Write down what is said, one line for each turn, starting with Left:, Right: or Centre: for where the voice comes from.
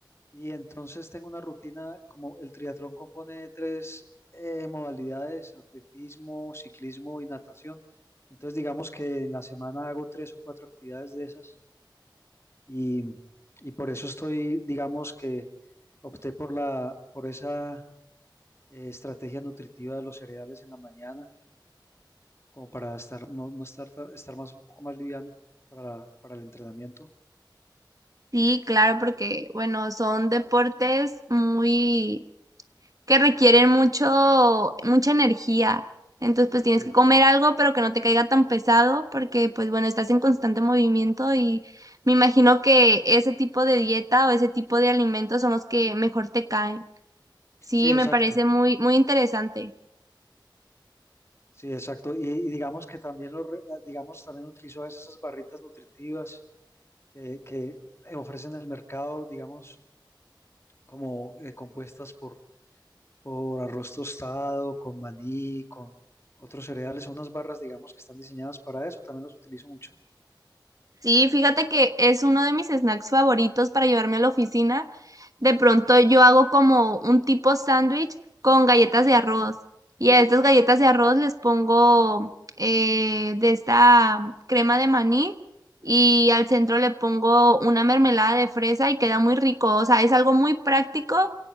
Left: y entonces tengo una rutina, como el triatlón compone de tres eh, modalidades, atletismo, ciclismo y natación. Entonces, digamos que en la semana hago tres o cuatro actividades de esas y, y por eso estoy, digamos que opté por la, por esa eh, estrategia nutritiva de los cereales en la mañana, como para estar, no, no estar, ta- estar más, un poco más liviano para, para el entrenamiento.
Right: Sí, claro, porque bueno, son deportes muy que requieren mucho, mucha energía. Entonces, pues tienes
Left: Sí,
Right: que comer algo, pero que no te caiga tan pesado, porque, pues bueno, estás en constante movimiento y me imagino que ese tipo de dieta o ese tipo de alimentos son los que mejor te caen. Sí,
Left: sí,
Right: me
Left: exacto.
Right: parece muy, muy interesante.
Left: Sí, exacto. Y, y digamos que también, lo, re- ah, digamos, también utilizo a veces esas barritas nutritivas eh, que eh, ofrecen en el mercado, digamos, como eh, compuestas por, por arroz tostado, con maní, con otros cereales. Son unas barras, digamos, que están diseñadas para eso. También las utilizo mucho.
Right: Sí, fíjate que es uno de mis snacks favoritos para llevarme a la oficina de pronto yo hago como un tipo sándwich con galletas de arroz. Y a estas galletas de arroz les pongo eh, de esta crema de maní y al centro le pongo una mermelada de fresa y queda muy rico. O sea, es algo muy práctico,